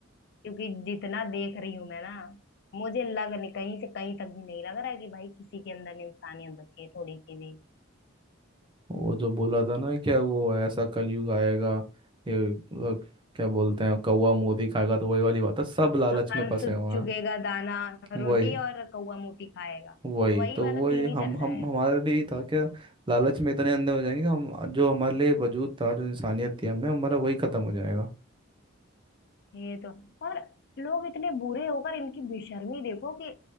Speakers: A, on the left; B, on the right.
A: क्योंकि जितना देख रही हूं मैं ना मुझे लग नहीं कहीं से कहीं तक भी नहीं लग रहा है कि भाई किसी के अंदर इंसानियत बची है थोड़ी सी भी
B: वो जो बोला था ना क्या वो ऐसा कलयुग आएगा ये अ, क्या बोलते हैं कौवा मोदी खाएगा तो वही वाली बात है सब लालच
A: हंस
B: में फंसे हुए
A: चुगेगा
B: हैं
A: दाना रोटी
B: वही
A: और कौवा मोती खाएगा
B: वही
A: वही
B: तो
A: वाला
B: वही
A: सीन ही
B: हम
A: चल
B: हम
A: रहा है
B: हमारे लिए ही था क्या लालच में इतने अंधे हो जाएंगे कि हम जो हमारे लिए वजूद था जो इंसानियत थी हमें हमारा वही खत्म हो जाएगा
A: ये तो और लोग इतने बुरे होकर इनकी बेशर्मी देखो कि